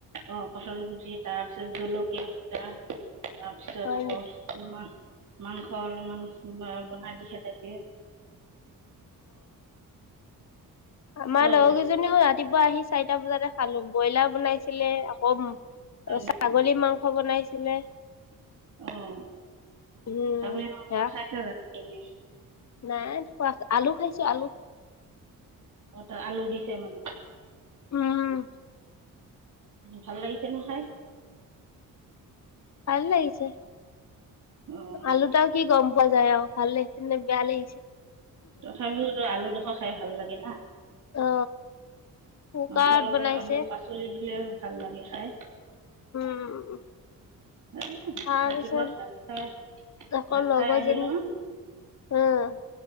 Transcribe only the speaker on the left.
হয়
নেকি
আমাৰ
লগৰ
কেইজনীও ৰাতিপুৱা আহি চাৰিটা বজাতে খালো। ব্ৰইলাৰ বনাইছিলে আকৌ অ',
ছাগলী মাংস বনাইছিলে উম',
হ',
নাই খোৱা আলু খাইছো আলু
উম
ভাল লগিছে।
আলুটাও কি গম পোৱা যায় আৰু ভাল লাগিছিল নে বেয়া লাগিছে।
অ কুকাৰত
বনাইছে
উম',
তাৰ
পিছত
আকৌ
লগৰজনী
হম',